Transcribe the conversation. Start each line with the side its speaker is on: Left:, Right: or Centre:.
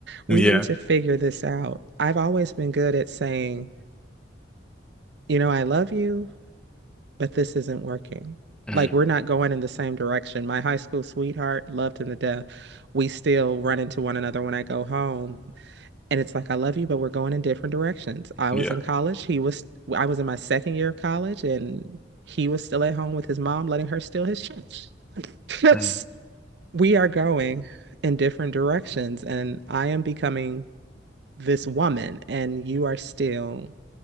Right: we
Centre: Yeah.
Right: need to figure this out. I've always been good at saying, you know, I love you, but this isn't working.
Centre: Mm,
Right: Like we're not going in the same direction. My high school sweetheart loved him to death. We still run into one another when I go home, and it's like I love you, but we're going in different directions. I
Centre: yeah.
Right: was in college. He was. I was in my second year of college, and he was still at home with his mom, letting her steal his church. Yes,
Centre: Mm,
Right: <laughs> we are going in different directions, and I am becoming this woman, and you are still